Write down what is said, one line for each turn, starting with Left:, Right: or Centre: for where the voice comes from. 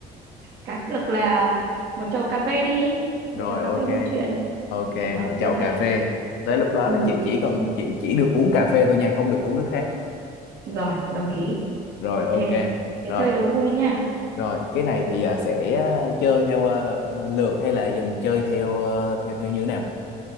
Right: cá cược là một chầu cà phê đi
Left: Rồi
Right: một chầu cà
Left: ok.
Right: phê buôn chuyện
Left: Ok,
Right: được không
Left: một
Right: đơn
Left: chầu cà
Right: giản
Left: phê. Tới lúc đó
Right: ừ
Left: là chị chỉ cần chị chỉ được uống cà phê thôi nha, không được uống nước khác.
Right: rồi đồng ý
Left: Rồi
Right: ok
Left: ok.
Right: thế
Left: Rồi,
Right: chơi đố vui nha
Left: Rồi, cái này thì à, sẽ à, chơi theo à, lượt hay là giờ mình chơi theo à, theo theo như thế nào?